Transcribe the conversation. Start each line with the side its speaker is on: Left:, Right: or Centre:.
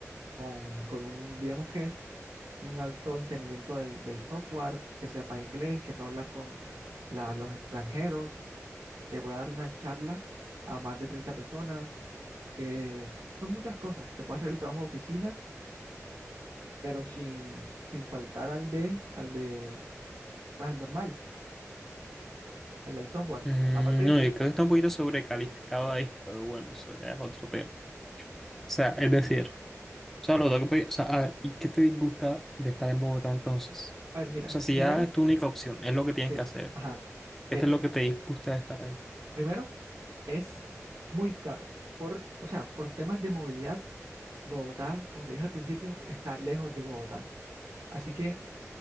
Right: con, con un, digamos que, un alto entendimiento del, del software, que sepa inglés, que pueda hablar con la- los extranjeros que pueda dar una charla a más de 30 personas, que son muchas cosas, que pueda hacer el trabajo de oficina, pero sin, sin faltar al de, al de, pues, al normal, al del software.
Centre: Mm,
Right: Aparte de
Centre: No,
Right: que
Centre: yo creo
Right: también,
Centre: que está un poquito sobrecalificado ahí, pero bueno, eso ya es otro tema. O sea, es decir, o sea, lo tengo que- o sea, a ver, ¿y qué te disgusta de estar en Bogotá entonces?
Right: a ver, mira,
Centre: O sea, si
Right: primero,
Centre: ya es tu única opción, es lo que tienes
Right: sí,
Centre: que hacer.
Right: ajá, mira,
Centre: ¿Qué es lo que te disgusta de estar ahí?
Right: primero es muy caro. Por, o sea, por temas de movilidad, Bogotá, como te dije al principio, está lejos de Bogotá. Así que